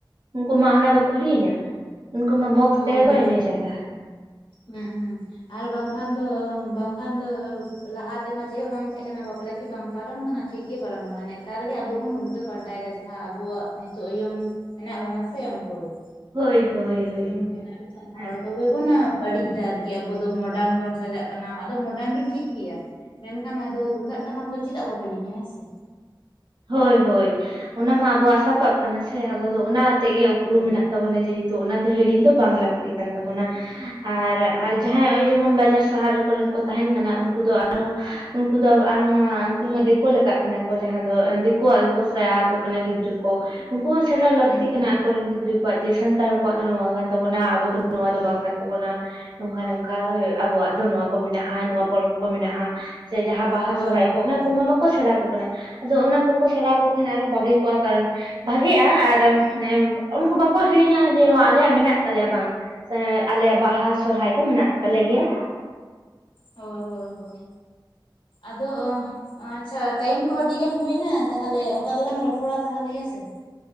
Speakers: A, on the right; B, on the left.
A: ᱩᱝᱠᱩ ᱢᱟ ᱚᱱᱟ ᱫᱚᱠᱚ ᱦᱤᱲᱤᱧᱟ, ᱩᱱᱠᱩ ᱢᱟ ᱵᱚᱠᱥ
B: ᱦᱳᱭ
A: ᱛᱮᱜᱮᱠᱚ
B: ᱦᱳᱭ
A: ᱮᱱᱮᱡ
B: ᱦᱳᱭ
A: ᱛᱟᱦᱚᱞᱮ᱾
B: ᱦᱩᱸ ᱦᱩᱸ ᱟᱨ ᱵᱟᱝᱠᱷᱟᱱ ᱫᱚ ᱵᱟᱝᱠᱷᱟᱱ ᱫᱚ ᱞᱟᱦᱟᱛᱮᱢᱟ ᱪᱮᱫ ᱦᱚᱸ ᱵᱟᱝ ᱛᱟᱦᱮᱸ ᱠᱟᱱᱟ ᱵᱟᱯᱞᱟ ᱠᱤ ᱵᱟᱝ ᱯᱟᱨᱚᱢ ᱟᱠᱟᱱᱟ? ᱴᱷᱤᱠᱜᱮ ᱯᱟᱨᱚᱢ ᱠᱟᱱᱟ, ᱱᱮᱛᱟᱨ ᱜᱮ ᱟᱵᱚ ᱵᱩᱱ ᱩᱞᱴᱟᱹ ᱯᱟᱞᱴᱟᱭᱮᱫᱟ ᱡᱟᱦᱟᱸ ᱟᱵᱚᱣᱟᱜ ᱱᱤᱛᱚᱜ ᱤᱭᱚᱝ ᱦᱮᱱᱟᱜ ᱵᱚᱱᱟ ᱥᱮ ᱩᱱᱠᱩ ᱜᱮ᱾
A: ᱦᱳᱭ ᱦᱳᱭ ᱦᱳᱭ
B: ᱤᱭᱚᱝ ᱡᱮᱱᱟᱨᱮᱥᱚᱱ
A: ᱦᱮᱸ
B: ᱦᱚᱲ ᱠᱚ ᱜᱮ <unintelligible> ᱵᱟᱹᱲᱤᱡ ᱫᱟ ᱟᱨᱠᱤ ᱟᱵᱚ ᱫᱚ ᱢᱚᱰᱟᱱ ᱵᱚᱱ ᱥᱟᱡᱟᱜ ᱠᱟᱱᱟ ᱟᱫᱚ ᱢᱚᱰᱟᱱ ᱫᱚ ᱴᱷᱤᱠ ᱜᱮᱭᱟ᱾ ᱢᱮᱱᱠᱷᱟᱱ ᱟᱫᱚ ᱛᱩᱢᱫᱟᱹᱜ ᱴᱟᱢᱟᱠ ᱫᱚ ᱪᱮᱫᱟᱜ ᱵᱚᱱ ᱦᱤᱲᱤᱧᱟ ᱦᱮᱸ ᱥᱮ᱾
A: ᱦᱳᱭ ᱦᱳᱭ ᱚᱱᱟ ᱢᱟ ᱟᱵᱚᱣᱟᱜ ᱥᱟᱯᱟᱵ ᱠᱟᱱᱟ ᱥᱮ, ᱟᱵᱚ ᱫᱚ ᱚᱱᱟ ᱟᱛᱮᱫ ᱜᱮ
B: ᱦᱳᱭ
A: ᱩᱯᱨᱩᱢ
B: ᱦᱳᱭ
A: ᱢᱮᱱᱟᱜ ᱛᱟᱵᱚᱱᱟ ᱡᱮᱦᱮᱛ ᱛᱚ ᱚᱱᱟ ᱫᱚ ᱦᱤᱲᱤᱧ ᱫᱚ ᱵᱟᱝ ᱞᱟᱹᱠᱛᱤ ᱠᱟᱱ ᱛᱟᱵᱚᱱᱟ, ᱟᱨ
B: ᱦᱳᱭ
A: ᱟᱨ ᱡᱟᱦᱟᱸ ᱱᱚᱜ ᱡᱮᱢᱚᱱ ᱵᱟᱡᱟᱨ ᱥᱟᱦᱟᱨ ᱠᱚᱨᱮᱱ ᱠᱚ ᱛᱟᱦᱮᱱ ᱠᱟᱱᱟ ᱩᱝᱠᱩ ᱟᱨᱦᱚᱸ ᱩᱝᱠᱩ ᱫᱚ ᱟᱨᱦᱚ ᱩᱱᱠᱩ ᱫᱤᱠᱩ ᱞᱮᱠᱟ ᱠᱟᱱᱟ ᱠᱚ ᱡᱟᱦᱟᱱ ᱫᱚ ᱫᱤᱠᱩᱣᱟᱜ ᱜᱮᱠᱚ ᱥᱮᱲᱟ ᱟᱠᱚ ᱠᱟᱱᱟ ᱜᱤᱫᱽᱨᱟᱹ ᱠᱚ ᱩᱝᱠᱩ ᱦᱚᱸ ᱥᱮᱲᱟ ᱞᱟᱹᱠᱛᱤ
B: ᱦᱩᱸ ᱦᱩᱸ
A: ᱠᱟᱱᱟ᱾ ᱠᱚ ᱨᱮᱱ ᱜᱤᱫᱽᱨᱟᱹ ᱠᱚᱣᱟᱜ ᱡᱮ ᱥᱟᱱᱛᱟᱲ ᱠᱚᱣᱟᱜ ᱫᱚ ᱱᱚᱣᱟ ᱠᱟᱱ ᱛᱟᱵᱚᱱᱟ ᱟᱵᱚ ᱫᱚ ᱱᱚᱣᱟ ᱫᱚ ᱵᱟᱝ ᱠᱟᱱ ᱛᱟᱵᱚᱱᱟ᱾ ᱱᱚᱝᱠᱟ ᱱᱚᱝᱠᱟ ᱟᱵᱚᱣᱟᱜ ᱫᱚ ᱱᱚᱣᱟ ᱠᱚ ᱢᱮᱱᱟᱜᱼᱟ ᱱᱚᱣᱟ ᱯᱚᱨᱚᱵᱽ ᱠᱚ ᱢᱮᱱᱟᱜᱼᱟ᱾ ᱥᱮ ᱡᱟᱦᱟᱸ ᱵᱟᱦᱟ
B: ᱦᱳᱭ
A: ᱥᱚᱨᱚᱦᱟᱭ
B: ᱦᱳᱭ
A: ᱠᱚ ᱚᱱᱟ
B: ᱦᱳᱭ
A: ᱠᱚᱢᱟ ᱵᱟᱠᱚ ᱥᱮᱬᱟ ᱠᱚ ᱠᱟᱱᱟ᱾ ᱟᱫᱚ ᱚᱱᱟ ᱠᱚᱠᱚ ᱥᱮᱲᱟᱣ ᱠᱚ ᱠᱷᱟᱱ ᱟᱨᱚ ᱵᱷᱟᱜᱤ ᱠᱚᱜᱼᱟ ᱠᱟᱨᱚᱱ ᱵᱷᱟᱜᱮᱼᱟ ᱱᱮ ᱟᱨ ᱩᱱᱠᱩ ᱵᱟᱠᱚ ᱦᱤᱲᱤᱧᱟ ᱡᱮ ᱱᱚᱣᱟ ᱟᱞᱮᱭᱟᱜ ᱢᱮᱱᱟᱜ ᱛᱟᱞᱮᱭᱟ ᱵᱟᱝ᱾ ᱥᱮ ᱟᱞᱮᱭᱟᱜ ᱵᱟᱦᱟ ᱥᱚᱨᱟᱭ ᱠᱚ ᱢᱮᱱᱟᱜ ᱛᱟᱞᱮ ᱜᱮᱭᱟ᱾
B: ᱦᱳᱭ ᱦᱳᱭ ᱦᱳᱭ ᱟᱫᱚ ᱟᱪᱪᱷᱟ ᱴᱟᱭᱤᱢ ᱠᱚᱦᱚ ᱟᱹᱰᱤ ᱜᱟᱱ ᱦᱳᱭᱱᱟ ᱛᱟᱦᱚᱞᱮ ᱚᱝᱠᱟ ᱜᱮᱞᱟᱝ ᱨᱚᱯᱚᱲᱟ ᱛᱟᱦᱚᱞᱮ ᱦᱮᱸᱥᱮ᱾